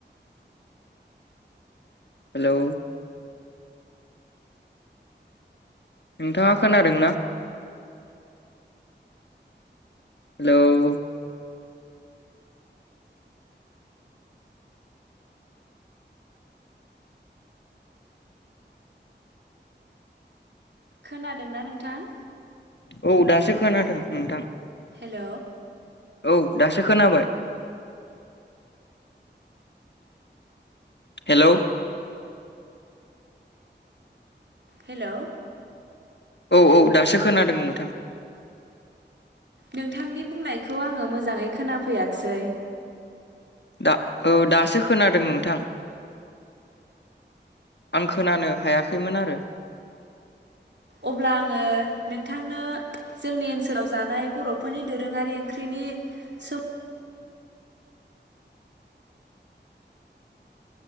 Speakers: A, on the left (about 70°); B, on the right (about 70°).
A: हेल नोंथाङा खोनादों ना? हेल
B: खोनादोंना नोंथां?
A: औ दासो खोनादों नोंथां
B: हेल
A: औ दासो खोनाबाय हेल
B: हेल
A: औ-औ दासो खोनादों नोंथां
B: नोंथांनि बुंनायखौ आङो मोजाङै खोनाफैयाखैसै
A: दा औ दासो खोनादों नोंथां आं खोनानो हायाखैमोन आरो
B: अब्ला आङो नोंथांनो जोंनि ओनसोलाव जानाय बर'फोरनि दोरोङारि ओंख्रिनि सो-